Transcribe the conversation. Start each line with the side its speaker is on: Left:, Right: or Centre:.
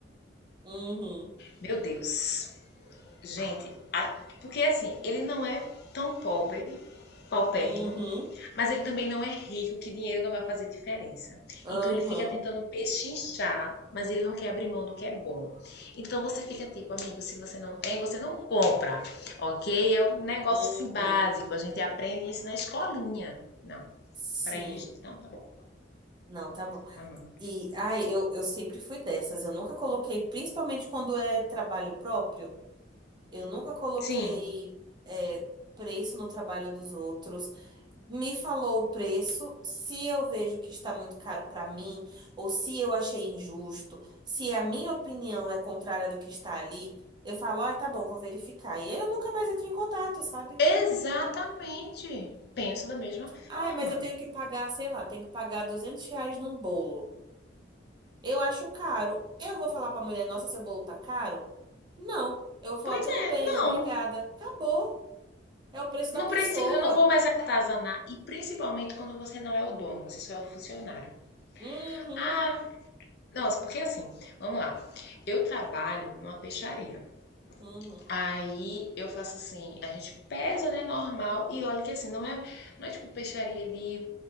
Right: Uhum,
Left: Meu Deus. Gente, a- porque assim, ele não é tão pobre paupérrimo,
Right: uhum,
Left: mas ele também não é rico, que dinheiro não vai fazer diferença.
Right: uhum,
Left: Então ele fica tentando pechinchar, mas ele não quer abrir mão do que é bom. Então você fica tipo, amigo, se você não tem, você não compra, ok? É um negócio
Right: uhum.
Left: assim, básico, a gente aprende isso na escolinha. Não,
Right: Sim.
Left: para eles, não, tá bom.
Right: Não, tá bom.
Left: Ah, não.
Right: E, ai, eu, eu sempre fui dessas. Eu nunca coloquei, principalmente quando é trabalho próprio, eu nunca coloquei,
Left: Sim,
Right: é, preço no trabalho dos outros. me falou o preço, se eu vejo que está muito caro para mim, ou se eu achei injusto, se a minha opinião é contrária do que está ali, eu falo, ah, tá bom, vou verificar. E aí eu nunca mais entro em contato, sabe?
Left: exatamente. Penso da mesma forma.
Right: Ah, mas eu tenho que pagar, sei lá, tenho que pagar 200 reais num bolo. Eu acho caro. Eu vou falar para a mulher, nossa, seu bolo tá caro? Não. Eu vou falar,
Left: Pois
Right: tudo
Left: é,
Right: bem,
Left: não.
Right: obrigada. Acabou. É o preço da
Left: Não
Right: pessoa.
Left: preciso, eu não vou mais artesanar. E principalmente quando você não é o dono, você só é o funcionário.
Right: Uhum,
Left: Ah, nossa, porque assim, vamos lá. Eu trabalho numa peixaria.
Right: uhum,
Left: Aí eu faço assim, a gente pesa, né, normal, e olha que assim, não é, não é tipo peixaria de,